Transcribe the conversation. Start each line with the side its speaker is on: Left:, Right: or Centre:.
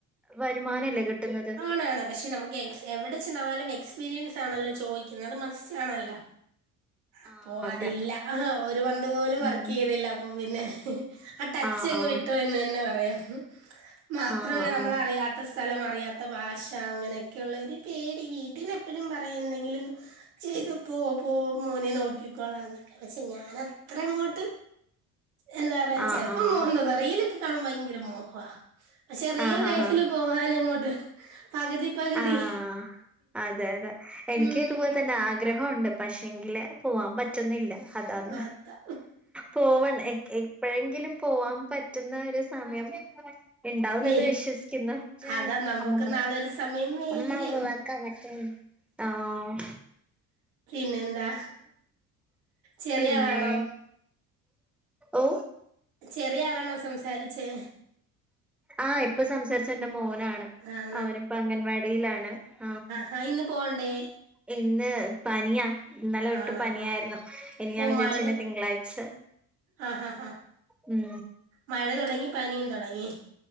Centre: വരുമാനല്ലേ കിട്ടുന്നത്
Right: ാണ് പക്ഷെ നമുക്ക് എവിടെച്ചെന്നാലും എക്സ്പീരിയൻസ് ആണല്ലോ ചോദിക്കുന്നത് അത് മസ്റ്റ് ആണല്ലോ അപ്പൊ
Centre: ആഹ് അതെ
Right: അതില്ല ഒരു മന്ത് പോലും വർക്ക്
Centre: ഉം
Right: ചെയ്തില്ല അപ്പൊ പിന്നെ ആ ടച്ച്‌
Centre: ആഹ്
Right: അങ്ങ്
Centre: ആഹ്
Right: വിട്ടു പോയിന്ന് തന്നെ പറയാം മാത്രല്ല
Centre: ആഹ്
Right: നമ്മൾ അറിയാത്ത സ്ഥലം അറിയാത്ത ഭാഷ അങ്ങനെയൊക്കെയുള്ള ഒരു പേടി വീട്ടിന്ന് എപ്പോഴും പറയും എന്തെങ്കിലും ചെയ്ത് പോ പോ മോനെ നോക്കിക്കോളാംന്നൊക്കെ പക്ഷെ ഞാൻ അത്ര അങ്ങോട്ട് എന്താ പറയാ
Centre: ആഹ്
Right: ചെലപ്പോ
Centre: ആഹ്
Right: മോഹംതോന്നും റീൽലൊക്കെ കാണുമ്പോ ഭയങ്കര മോഹ പക്ഷെ റിയൽ
Centre: ആഹ്
Right: ലൈഫില്
Centre: ആഹ് ആഹ്
Right: പോകാനങ്ങോട്ട് പകുതി പകുതി
Centre: ആഹ് അതെ അതെ എനിക്ക്
Right: ഉം
Centre: ഇതുപോലെ തന്നെ ആഗ്രഹോണ്ട് പക്ഷെങ്കില് പോവാൻ പറ്റുന്നില്ല അതാന്ന്
Right: അതാ
Centre: പോവണ എപ്പോഴെങ്കിലും പോവാൻ പറ്റുന്ന ഒരു സമയം ഉണ്ടാവും
Right: വരും
Centre: എന്ന് വിശ്വസി കിന്നു
Right: അതാ നമ്മുക്ക്
Centre: അമ്മമ്മ
Right: നാളെ ഒരു സമയം
Centre: <inaudible>
Right: വരും പിന്നെന്താ ചെറിയ
Centre: പിന്നെ
Right: ആളാണോ
Centre: ഓ
Right: ചെറിയ ആളാണോ സംസാരിച്ചേ
Centre: ആഹ് ഇപ്പൊ സംസാരിച്ച എന്റെ മോനാണ്
Right: ആഹ്
Centre: അവനിപ്പ അംഗൻവാടിയിലാണ് ആഹ്
Right: ആഹ് ഇന്ന് പോവണ്ടേ
Centre: ഇന്ന് പനിയാ ഇന്നലെ തൊട്ടു
Right: ആണോ
Centre: പനിയായിരുന്നു
Right: ആഹ്
Centre: ഇനി ഞാൻ
Right: ഓ
Centre: വിചാരിച്ചു
Right: മഴ
Centre: പിന്നെ തിങ്കളാഴ്ച
Right: ആഹ് ആഹ്
Centre: ഉം
Right: മഴ തുടങ്ങി പനിയും തുടങ്ങി